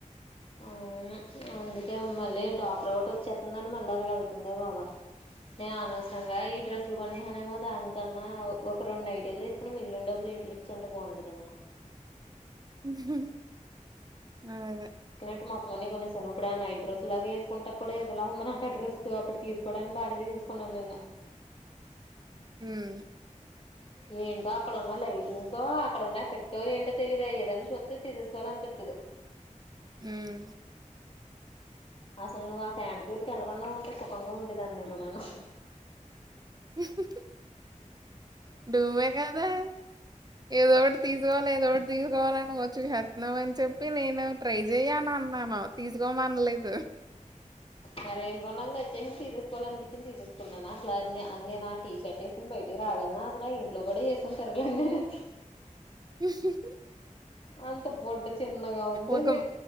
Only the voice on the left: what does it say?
ఆ అవును అందుకే మళ్ళీ డాక్టర్ ఒకటి వచ్చేస్తుందని మళ్ళీ అలగే వెళ్తుందే బాబా ఆ అనవసరంగా ఈ డ్రెస్ లు కొని మరేమో దానికన్నా ఒక రెండు నైటీలు తీసుకుని మిగిలిన డబ్బులు ఇంట్లో ఇచ్చి ఉంటే బాగుందేమోనే
బట్టలన్నీ కొనేసాను ఇప్పుడు ఆ నైట్ డ్రెస్ లాగా వేసుకొనేటప్పుడు ఒకలా ఉంది నాకు ఆ డ్రెస్ అప్పుడు తీసుకోవడానికి బాగానే తీసేసుకున్నాను నిన్న
ఏంటో అక్కడున్న లైటింగ్ కా అక్కడున్న ఎఫెక్ట్ ఏంటో తెలీదు అయ్యేదైనా చూత్తే తేసుకోవాలి అనిపిత్తది
అసలు నువ్వు ఆ ఫ్యాంటు జోలకి వెళ్ళకుండా ఉంటే సుఖంగా ఉండేదాన్ని ఏమో నేను
మరేఏం పొలం లో వచ్చేసింది తీసేస్తం అని చెప్పి చూసే తీసుకున్నాను అసలు నేను ఆ ఆ నేను టీ షర్ట్ వేసుకుని బయటకి రాగలన అసలు ఇంట్లో కూడా వేసుకుని తిరగలేను ఉహు
అంత బొడ్డు చిన్నగా ఉండింది